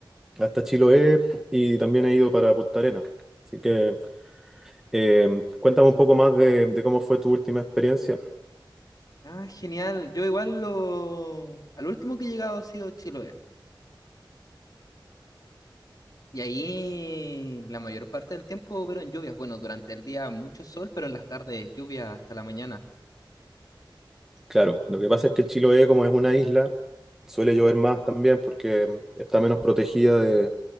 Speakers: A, in the centre; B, on the left.
A: hasta Chiloé y también he ido para Punta Arenas, así que eh, cuéntame un poco más de de cómo fue tu última experiencia.
B: Ah, genial. Yo igual lo... Al último que he llegado ha sido Chiloé. Y ahí la mayor parte del tiempo hubieron lluvias. Bueno, durante el día mucho sol, pero en las tardes lluvias hasta la mañana.
A: Claro, lo que pasa es que Chiloé, como es una isla, suele llover más también porque está menos protegida de,